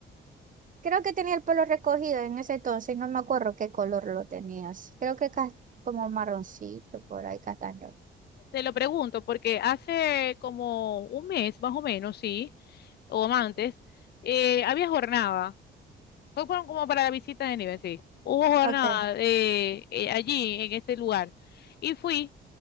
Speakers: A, on the right; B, on the left.
A: Creo que tenía el pelo recogido en ese entonces, no me acuerdo qué color lo tenías. Creo que cas- como marroncito, por ahí, castaño.
B: te lo pregunto porque hace como un mes más o menos, sí, o más antes, eh, había jornada. Fue por- como para la visita de nivel, sí. Hubo jornada
A: Ok,
B: eh, eh, allí, en ese lugar. Y fui.